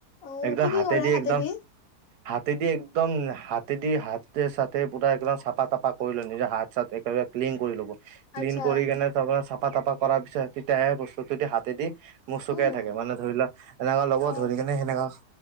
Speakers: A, on the left (about 65°); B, on the right (about 85°).
A: অ
B: একদম
A: কি কি
B: হাতে
A: কৰে
B: দি
A: হাতেদি
B: একদম হাতেদি একদম হাতেদি হাতে চাতে পুৰা একদম চাফা টাফা কৰি লয়, নিজৰ হাত চাত একেবাৰে ক্লিন কৰি ল'ব। ক্লিন
A: আচ্ছা
B: কৰি কেনে তাৰপা চাফা তাফা কৰাৰ পিছত তেতিয়াহে বস্তুটো হাতে দি, মোচোকাই
A: উম
B: থাকে মানে ধৰি লোৱা এনেকুৱা ল
A: অ
B: ব ধৰি কেনে সেনেকা